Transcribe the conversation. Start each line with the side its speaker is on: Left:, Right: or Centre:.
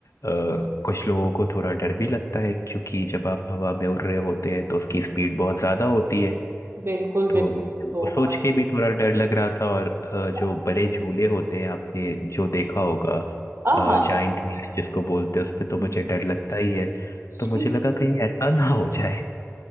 Left: कुछ लोगों को थोड़ा डर भी लगता है क्योंकि जब आप हवा में उड़ रहे होते हैं तो उसकी स्पीड बहुत ज़्यादा होती है
Right: बिल्कुल
Left: तो
Right: बिल्कुल
Left: मुझे वो
Right: तो
Left: सोच
Right: हवाई
Left: के भी थोड़ा डर लग रहा था और अ, जो
Right: जहाज,
Left: बड़े झूले होते हैं आपने जो देखा होगा
Right: आहा
Left: जाइंट व्हील्स जिसको बोलते हैं उस पे तो
Right: <laughs>
Left: मुझे डर लगता ही है
Right: जी,
Left: तो मुझे लगा कहीं ऐसा ना हो जाए